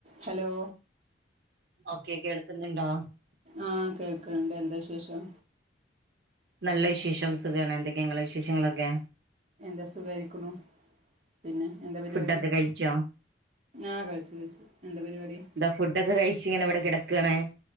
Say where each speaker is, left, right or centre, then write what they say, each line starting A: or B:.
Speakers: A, on the right; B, on the right.
A: ഹലോ
B: ഓക്കെ കേൾക്കുന്നുണ്ടോ?
A: ആഹ് കേക്ക്ണ്ട് എന്താ വശേഷം
B: നല്ല വിശേഷം സുഖാണ് എന്തൊക്കെ ഇങ്ങളെ വിശേഷങ്ങളൊക്കെ?
A: എന്താ സുഖായിരിക്കുണു പിന്നെ എന്താ പരിപാടി?
B: ഫുഡൊക്കെ കഴിച്ചോ
A: ആഹ് കഴിച്ചു കഴിച്ചു എന്താ പരിപാടി
B: എന്താ ഫുഡൊക്കെ കഴിച്ച് ഇങ്ങനെ ഇവിടെ കിടക്കാണ്